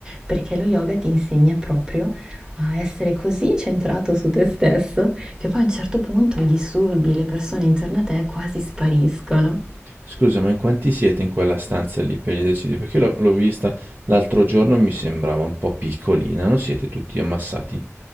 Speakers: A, on the right (about 15°); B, on the right (about 45°).
A: perché lo yoga ti insegna proprio a essere così centrato su te stesso che poi a un certo punto i disturbi e le persone intorno a te quasi spariscono.
B: Scusa, ma in quanti siete in quella stanza lì per gli esercizi? Perché l'ho, l'ho vista l'altro giorno e mi sembrava un po' piccolina, non siete tutti ammassati?